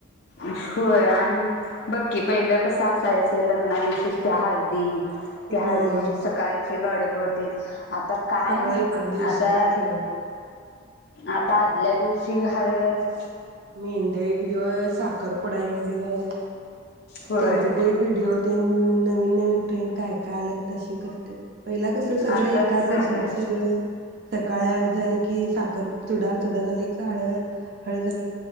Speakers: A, on the left; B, on the right.
A: होय आणि बघ की पहिलं कसं असायचं लग्नादिवशीच त्या हळदी त्या
B: होय
A: हळदींची सकाळची गडबड तेन आता काय
B: सगळं
A: नाय
B: एका दिवसात
A: आता
B: सगळं
A: आता आदल्या दिवशी हळद
B: मेंहदी एक दिवस साखरपुडा एक दिवस
A: होय
B: त्यांचे ते व्हिडिओ तेन नवीन नवीन ट्रेंड काय काय आलत तशी करत्यात पहिला कस सगळं
A: आताच
B: एकाच दिवसात
A: सगळं
B: सगळ सकाळी हळद झाली की साखर चुडा चुडा झाला की हळद हळद झाली